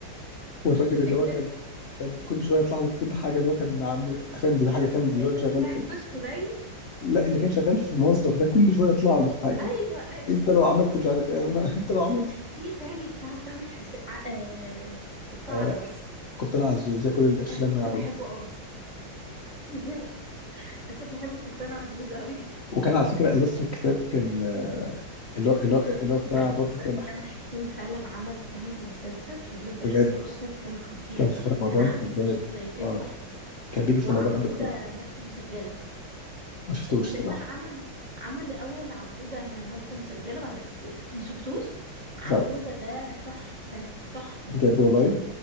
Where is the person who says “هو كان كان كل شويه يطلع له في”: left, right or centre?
Left